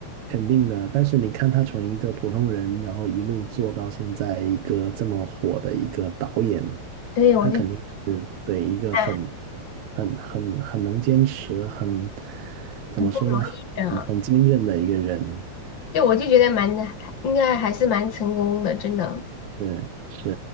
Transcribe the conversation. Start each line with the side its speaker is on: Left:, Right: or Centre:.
Right: 肯定的，但是你看他从一个普通人，然后一路做到现在一个这么火的一个导演，
Left: 所以我就
Right: 他肯定是对一个很、
Left: 哎，
Right: 很、很、很能坚持，很怎么说呢，
Left: 很不容易的。
Right: 很很坚韧的一个人。
Left: 对，我就觉得蛮，应该还是蛮成功的，真的。
Right: 是是，